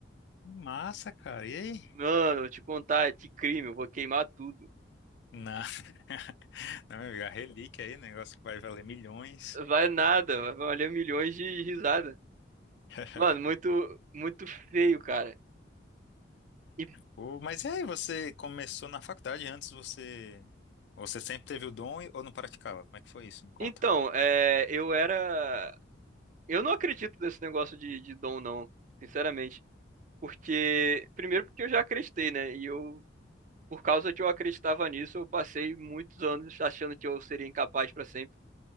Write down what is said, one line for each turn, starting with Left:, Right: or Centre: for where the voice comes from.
Left: Massa, cara. E aí?
Right: Mano, eu te contar, é de crime, eu vou queimar tudo.
Left: Na... <laughs> Não, meu amigo, a relíquia aí, negócio que vai valer milhões.
Right: Vai nada, vai valer milhões de risada.
Left: <laughs>
Right: Mano, muito, muito feio, cara. E-
Left: Pô, mas e aí, você começou na faculdade antes, você você sempre teve o dom e- ou não praticava? Como é que foi isso? Me conta.
Right: então, é, eu era. Eu não acredito nesse negócio de, de dom, não, sinceramente. Porque, primeiro, porque eu já acreditei, né? E eu por causa que eu acreditava nisso, eu passei muitos anos achando que eu seria incapaz para sempre.